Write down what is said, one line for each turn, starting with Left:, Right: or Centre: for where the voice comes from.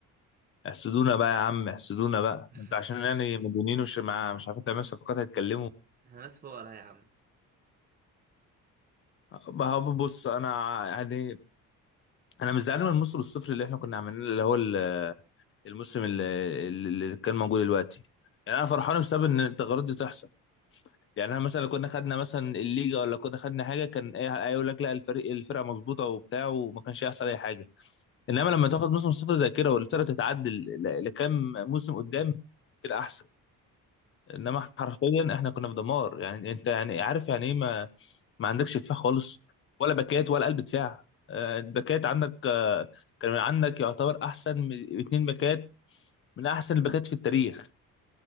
Left: احسدونا بقى يا عم احسدونا بقى
Right: <laughs>
Left: انت عشان يعني مديونين ومش مع مش عارفين تعملوا صفقات هيتكلموا
Right: احنا ناس فقراء يا عم
Left: بقى بص انا ع- يعني انا مش زعلان من الموسم الصفر اللي احنا كنا عاملينه اللي هو ال- الموسم اللي, اللي كان موجود دلوقتي يعني انا فرحان بسبب ان التغيرات دي تحصل يعني انا مثلا لو كنا خدنا مثلا الليجا ولا كنا خدنا حاجه كان ايه يقول لك لا الفريق الفرقه مظبوطه وبتاع وما كانش هيحصل اي حاجه انما لما تاخد موسم صفر زي كده والفرقه تتعدل ل- لكام موسم قدام كده احسن انما حرفيا احنا كنا في دمار يعني انت يعني عارف يعني ايه ما ما عندكش دفاع خالص ولا باكات ولا قلب دفاع آه، الباكات عندك آه، كان عندك يعتبر احسن من اتنين باكات من احسن الباكات في التاريخ